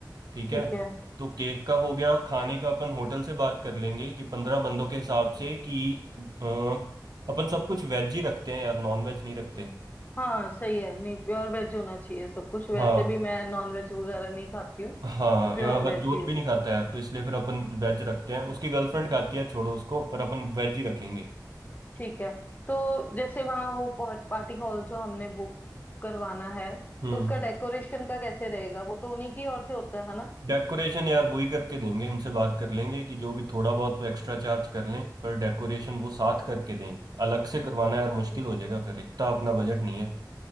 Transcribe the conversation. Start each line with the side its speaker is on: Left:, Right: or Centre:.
Right: ठीक
Left: ठीक
Right: है
Left: है
Right: तो केक का हो गया खाने का अपन होटल से बात कर लेंगे कि पंद्रह बंदों के हिसाब से कि अ, अपन सब कुछ वेज ही रखते हैं यार नॉन वेज नहीं रखते
Left: हाँ सही है नहीं प्योर वेज होना चाहिए सब कुछ वैसे
Right: हाँ
Left: भी मैं नॉन वेज वगैरह नहीं खाती हूँ
Right: हाँ
Left: तो प्योर
Right: यार
Left: वेज
Right: हरजोत
Left: ही हो
Right: भी नहीं खाता यार तो इसलिए फिर अपन वेज रखते हैं उसकी गर्लफ्रेंड खाती है छोड़ो उसको पर अपन वेज ही रखेंगे
Left: ठीक है तो जैसे वहाँ वो पार्टी हॉल जो हमने बुक करवाना है तो
Right: हम्म
Left: उसका डेकोरेशन का कैसे रहेगा वो तो उन्हीं की ओर से होता है ना
Right: डेकोरेशन यार वही करके देंगे उनसे बात कर लेंगे कि जो भी थोड़ा बहुत तो एक्स्ट्रा चार्ज कर लें पर डेकोरेशन वो साथ करके दें अलग से करवाना यार
Left: ओके
Right: मुश्किल हो जाएगा फिर इतना अपना बजट नहीं है